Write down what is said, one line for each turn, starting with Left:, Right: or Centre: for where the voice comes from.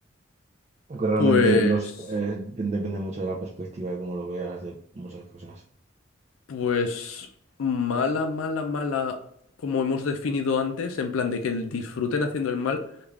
Right: ¿O que realmente
Left: Pues,
Right: los eh, de- depende mucho de la perspectiva, de cómo lo veas, de muchas cosas?
Left: pues mala, mala, mala, como hemos definido antes, en plan de que el- disfruten haciendo el mal.